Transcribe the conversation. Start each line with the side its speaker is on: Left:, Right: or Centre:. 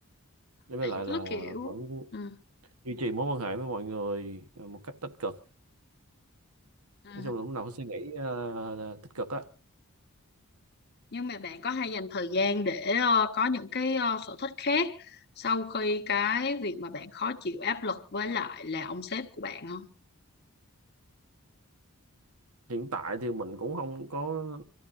Right: đối với
Left: bạn
Right: lại là
Left: có kiểu
Right: vẫn
Left: ừ.
Right: duy trì mối quan hệ với mọi người ờ, một cách tích cực
Left: ừ.
Right: nói chung là lúc nào cũng suy nghĩ ờ, tích cực á
Left: nhưng mà bạn có hay dành thời gian để ờ, có những cái ờ, sở thích khác sau khi cái việc mà bạn khó chịu áp lực với lại là ông sếp của bạn không?
Right: hiện tại thì mình cũng không có